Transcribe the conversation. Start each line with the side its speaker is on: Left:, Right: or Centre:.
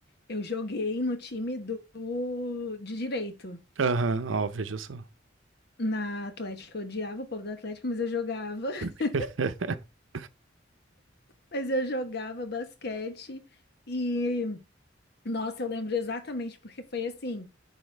Left: eu joguei no time do, de direito.
Right: Aham, ó, veja só.
Left: Na Atlética, eu odiava o povo da Atlética, mas eu jogava. <laughs>
Right: <laughs>
Left: Mas eu jogava basquete e, nossa, eu lembro exatamente, porque foi assim,